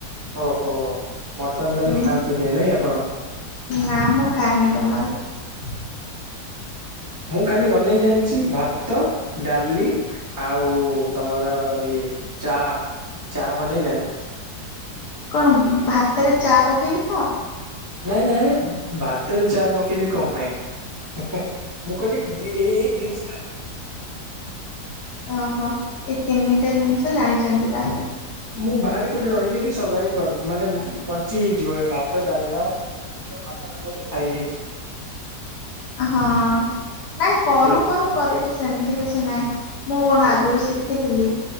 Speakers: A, on the right; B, on the left.
A: ଓହୋ ମଟନ ତାହେଲେ
B: ହୁଁ
A: ଖାଆନ୍ତିନି ନାଇଁ ଆପଣ।
B: ନା ମୁଁ ଖାଏନି <inaudible>
A: ମୁଁ ଖାଲି ବନେଇ ଜାଣିଛି ଭାତ ଡାଲି ଆଉ ତମର ଇଏ ଚା ଚା ବନେଇ ଜାଣିଛି।
B: କଣ ଭାତରେ ଚା ପକେଇକି ଖାଅ?
A: ନାଇଁ ନାଇଁ ଭାତରେ ଚା ପକେଇବି କଣ ପାଇଁ ମୁଁ କହିଲି ଏଇ ଏଇ ଦିଶ ଜାଣିଚି।
B: ଓହୋ ଏ ତିନିଟା ଜିନିଷ ଜାଣିଛନ୍ତି ତାହେଲେ।
A: ମୁଁ ବାହାରେ କୋଉଠି ରହିଲେ ବି ସର୍ଭାଇଭ କର ମାନେ ବଞ୍ଚି ହେଇଯିବ ଭାତ, ଡାଲମା <unintelligible> ଖାଇ ହେଇଚି।
B: ହଁ ନାଇଁ କରୁ
A: ସେଇଟା
B: କରୁ କରିବି ସେମିତି କିଛି ନାଇଁ ମୁଁ କଣ
A: ଆଜ୍ଞା
B: ଆଗରୁ ଶିକି ଥିଲି